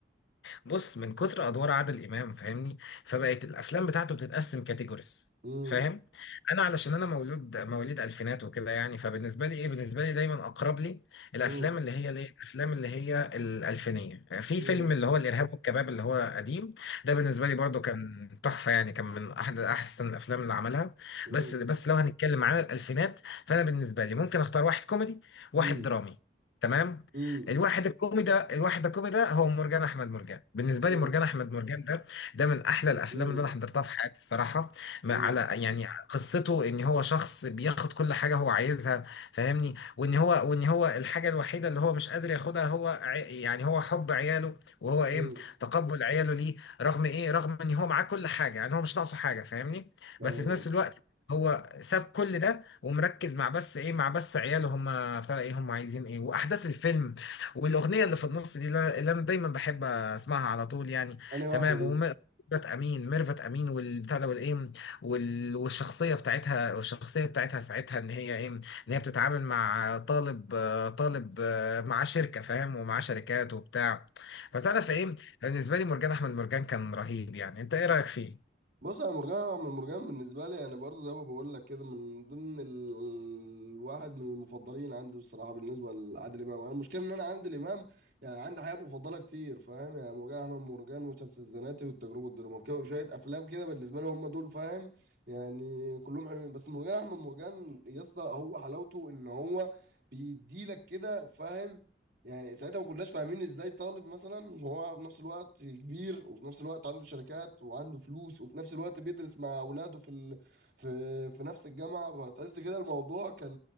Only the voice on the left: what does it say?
بص من كتر ادوار عادل امام فاهمني فبقت الافلام بتاعته بتتقسم كاتيجوريز
فاهم انا علشان انا مولود مواليد الفينات وكده يعني فبالنسبه لي ايه بالنسبه لي دايما اقرب لي الافلام
اللي هي ليه الافلام اللي هي الالفينيه في
فيلم اللي هو الارهاب والكباب اللي هو قديم ده بالنسبه لي برضو كان تحفه يعني كان من احد احسن الافلام اللي عملها
بس بس لو هنتكلم عن الالفينات فانا بالنسبه لي ممكن اختار واحد كوميدي واحد
درامي تمام
الواحد الكومي ده الواحد الكومي ده هو مرجان احمد مرجان بالنسبه
لي مرجان احمد مرجان ده ده من احلى الافلام
اللي انا حضرتها في حياتي الصراحه ما
على يعني قصته ان هو شخص بياخد كل حاجه هو عايزها فاهمني وان هو وان هو الحاجه الوحيده اللي هو مش قادر ياخدها هو عي- يعني هو حب عياله وهو ايه
تقبل عياله ليه رغم ايه رغم ان هو معاه كل حاجه يعني هو مش ناقصه حاجه فاهمني
بس
في نفس الوقت هو ساب كل ده ومركز مع بس ايه مع بس عياله هم بتاع ايه هم عايزين ايه واحداث الفيلم والاغنيه اللي في النص دي لا- اللي انا دايما بحب اسمعها على طول يعني
تمام
وم- ميرفت امين ميرفت امين والبتاع ده والايه وال- والشخصيه بتاعتها والشخصيه بتاعتها ساعتها ان هي ايه ان هي بتتعامل مع طالب آه، طالب آه، معاه شركه فاهم ومعاه شركات وبتاع فبتعرف ايه بالنسبه لي مرجان احمد مرجان كان رهيب يعني انت ايه رايك فيه